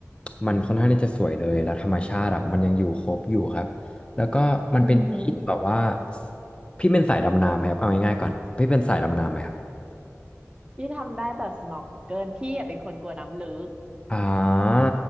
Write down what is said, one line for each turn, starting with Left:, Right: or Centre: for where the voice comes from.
Left: มันค่อนข้างที่จะสวยเลยแล้วธรรมชาติอะมันยังอยู่ครบอยู่ครับแล้วก็มันเป็นที่แบบว่า
Right: อือหือ
Left: พี่เป็นสายดำน้ำไหมครับเอาง่ายๆก่อนพี่เป็นสายดำน้ำไหมครับ
Right: พี่ทำได้แต่ s n o r k ิ l พี่อะเป็นคนกลัวน้ำลึก
Left: อ่า